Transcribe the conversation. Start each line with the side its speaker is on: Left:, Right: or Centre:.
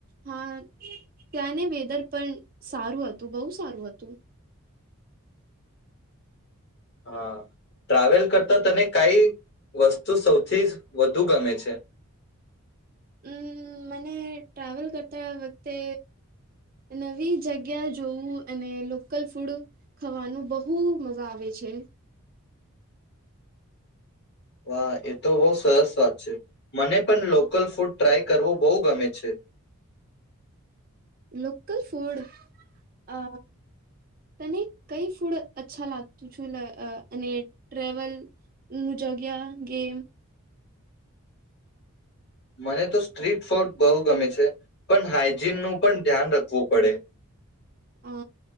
Right: હા ત્યાંને વેધર પણ સારું હતું બહુ સારું હતું
Left: હા, મુસાફરી કરતા તને કઈ વસ્તુ સૌથી વધુ ગમે છે?
Right: હમ મને મુસાફરી કરતા વખતે, નવી જગ્યા જોવું અને સ્થાનિક ખોરાક ખાવાનું બહુ મજા આવે છે.
Left: વાહ એ તો બહુ સરસ વાત છે, મને પણ સ્થાનિક ખોરાકનો પ્રયાસ કરો કરવું બહુ ગમે છે.
Right: સ્થાનિક ખોરાક, અ તને કઈ ખોરાક અચ્છા લાગતું છું અને ટ્રેવલું જગ્યા ગે
Left: મને તો શેરી ખોરાક બહુ ગમે છે, પણ સ્વચ્છતા નું પણ ધ્યાન રાખવું પડે
Right: અ